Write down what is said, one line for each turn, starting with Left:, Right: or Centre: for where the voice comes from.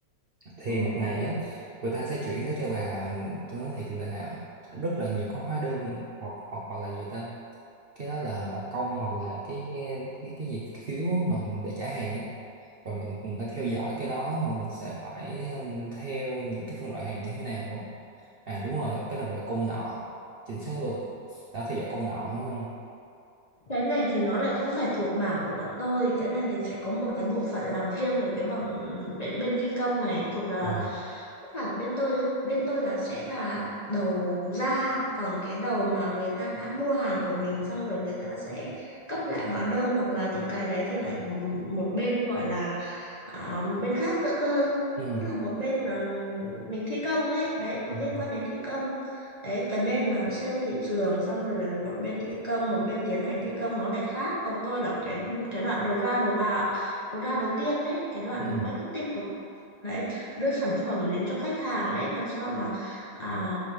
Right: thì
Left: Ừ.
Right: một ngày á người ta sẽ chuyển tới cho bà tôi nói thiệt là rất là nhiều con hóa đơn hoặc hoặc hoặc là gì ta cái đó là nợ công hoặc là cái cái cái gì cái phiếu mà để trả hàng á rồi mình cũng phải theo dõi cái đó rồi mình sẽ phải ừm, theo những cái phân loại hàng như thế nào à đúng rồi cái đó gọi là công nợ chính xác luôn đã theo dõi công nợ nữa không
Left: Cái này thì nó lại không phải thuộc mảng của bọn tôi. Cái này thì sẽ có một cái bộ phận làm riêng về cái bọn bên, bên thi công này thuộc là
Right: ờ
Left: tức là bên tôi bên tôi là sẽ là đầu ra còn cái đầu mà người ta đã mua hàng của mình xong rồi người ta sẽ cấp lại hóa đơn hoặc là những cái đấy thì lại một bên gọi là à, một bên khác nữa cơ
Right: ừ
Left: tức là một bên mà ừm, mình thi công ấy đấy nó
Right: ừ
Left: liên quan đến thi công đấy cái bên mà sale thị trường xong rồi là một bên thi công một bên tiến hành thi công nó lại khác còn tôi là cái cái đoạn đầu ra đầu vào đầu ra đầu tiên ấy cái đoạn
Right: ừ,
Left: mà marketing đầu đấy đưa sản phẩm đến cho khách hàng ấy làm sao mà à,